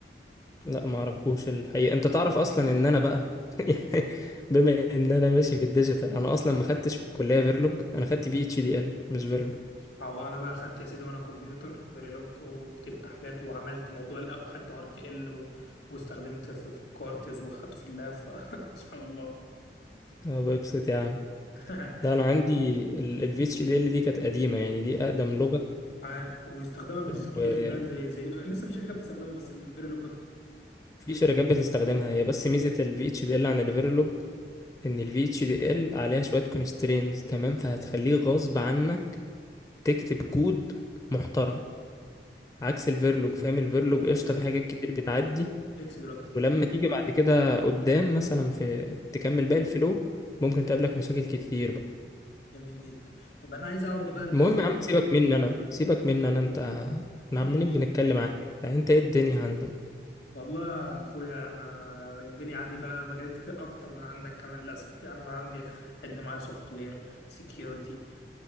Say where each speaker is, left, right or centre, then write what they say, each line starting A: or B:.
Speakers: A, on the left; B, on the left.
A: لا ما اعرفوش الحقيقه انت تعرف اصلا ان انا بقى <laughs> يعني بما ان انا ماشي في الديجيتال انا اصلا ما خدتش في الكليه فيرلوج انا خدت في اتش دي ال مش فيرلوج
B: على الله انا بقى اخدت يا سيدي وانا كمبيوتر فيريلوج وكتبت حاجات وعملت موضوع لا وخدت ار تي ال و... واستخدمت في في كورتز واخدته في اللاب <laughs> سبحان الله
A: اه ببسط يا عم
B: <laughs>
A: لا انا عندي الفي اتش دي ال ال VHDL دي كانت قديمه يعني دي اقدم
B: عارف واستخدامها مش
A: لغه
B: كتير دلوقتي زي زي لسه في شركات بتستخدمها بس الفيريلوج اكتر
A: في شركات بتستخدمها هي بس ميزة ال VHDL عن ال Verilog إن ال VHDL عليها شوية constraints تمام فهتخليه غصب عنك تكتب كود محترم عكس ال Verilog فاهم ال Verilog
B: اه
A: قشطة في حاجات كتير بتعدي
B: فليكسبل اكتر
A: ولما تيجي بعد كده قدام مثلا في تكمل باقي الفلو ممكن تقابلك مشاكل كتير بقى
B: جميل جدا يبقى انا عايز اعرف بقى انت
A: المهم
B: ازاي
A: يا عم سيبك مني أنا سيبك مني أنا أنت احنا
B: ماشي
A: عمالين بنتكلم عني وبتاع. أنت إيه الدنيا عندك؟
B: والله يا اخويا انا الدنيا عندي فيها مجالات كتير اكتر من عندك كمان للاسف يعني انا عندي عد معايا سوفت وير سكيورتي